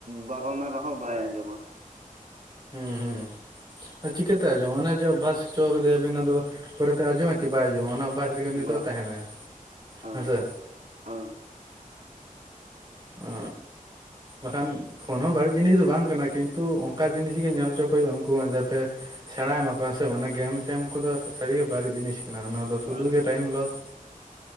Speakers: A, on the right; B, on the right.
A: ᱵᱟᱨᱚᱱᱮ ᱨᱮᱦᱚᱸ ᱵᱟᱭ ᱟᱸᱡᱚᱢᱟ᱾
B: ᱦᱩᱸ ᱦᱩᱸ᱾ ᱟᱨ ᱪᱤᱠᱟᱹᱛᱮ ᱟᱸᱡᱚᱢᱟᱭ ᱚᱱᱮ ᱡᱮ ᱚᱵᱵᱷᱟᱥ ᱦᱚᱪᱚ ᱠᱟᱫᱮᱭᱟᱵᱤᱱ ᱟᱫᱚ ᱯᱚᱨᱮᱛᱮ ᱟᱸᱡᱚᱢᱟᱭ ᱠᱤ ᱵᱟᱭ ᱟᱸᱡᱚᱢᱟ ᱚᱱᱟ ᱚᱵᱵᱷᱟᱥ ᱨᱮᱜᱮ ᱩᱱᱤ
A: ᱵᱟᱝ
B: ᱫᱚ ᱛᱟᱦᱮᱱᱟᱭ
A: ᱦᱳᱭ
B: ᱦᱮᱸ ᱥᱮ᱾
A: ᱦᱳᱭ᱾
B: ᱚ ᱵᱟᱠᱷᱟᱱ ᱯᱷᱳᱱ ᱦᱚᱸ ᱵᱟᱹᱲᱤᱡ ᱡᱤᱱᱤᱥ ᱫᱚ ᱵᱟᱝ ᱠᱟᱱᱟ ᱠᱤᱱᱛᱩ ᱚᱱᱠᱟ ᱡᱤᱱᱤᱥ ᱜᱮ ᱧᱮᱞ ᱦᱚᱪᱚ ᱠᱚ ᱦᱩᱭᱩᱜ-ᱟ ᱩᱱᱠᱩ ᱦᱚᱸ ᱡᱟᱛᱮ᱾ ᱥᱮᱬᱟᱭ ᱢᱟᱠᱚ ᱦᱮᱸ ᱥᱮ ᱵᱟᱝ? ᱚᱱᱟ ᱜᱮᱢ ᱯᱷᱮᱢ ᱠᱚᱫᱚ ᱥᱟᱹᱨᱤᱜᱮ ᱵᱟᱹᱲᱤᱡ ᱡᱤᱱᱤᱥ ᱠᱟᱱᱟ ᱚᱱᱟ᱾ ᱫᱚ ᱥᱩᱫᱩ
A: ᱵᱟᱹᱲᱤᱡ
B: ᱜᱮ ᱴᱟᱭᱤᱢ ᱞᱚᱥ